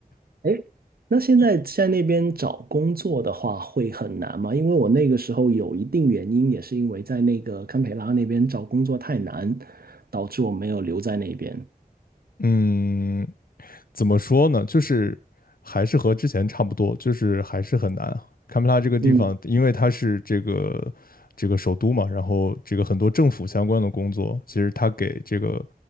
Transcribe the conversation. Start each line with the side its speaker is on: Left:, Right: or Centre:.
Right: 诶那现在在那边找工作的话会很难吗？因为我那个时候有一定原因，也是因为在那个堪培拉那边找工作太难，导致我没有留在那边。
Left: 嗯，怎么说呢？就是还是和之前差不多，就是还是很难啊。堪培拉这个地方，
Right: 嗯，
Left: 因为它是这个这个首都嘛，然后这个很多政府相关的工作，其实它给这个